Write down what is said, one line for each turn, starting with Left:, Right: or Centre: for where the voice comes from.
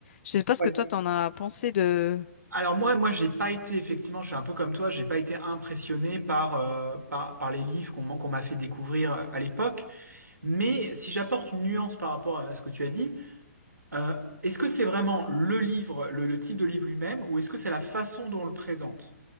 Left: Je sais pas ce
Right: Ouais.
Left: que toi, t'en as pensé de,
Right: Alors moi, moi, j'ai pas été effectivement, je suis un peu comme toi, j'ai pas été impressionné par euh, par, par les livres qu'on m'a qu'on m'a fait découvrir euh, à l'époque. Mais si j'apporte une nuance par rapport à ce que tu as dit, euh, est-ce que c'est vraiment le livre, le, le type de livre lui-même, ou est-ce que c'est la façon dont on le présente?